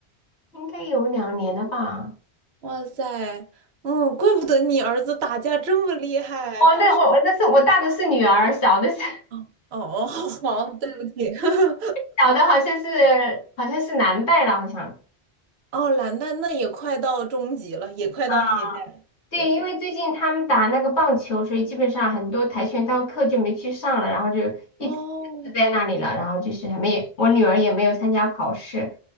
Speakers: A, on the left; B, on the right.
A: 应该有两年了吧？
B: 哇塞，嗯，怪不得你儿子打架这么厉害，
A: 哦，
B: 真是。
A: 那我我那是我大的是女儿，小的是 <laughs>
B: 哦哦，哦好，好，对不起。<laughs>
A: 小的好像是好像是男带了，好像。
B: 哦，蓝带那也快到中级了，也快到黑带了。
A: 啊，对，
B: 对，
A: 因为最近他们打那个棒球，所以基本上很多跆拳道课就没去上了，然后就一直搁置在那里了，
B: 哦，
A: 然后就是还没，我女儿也没有参加考试，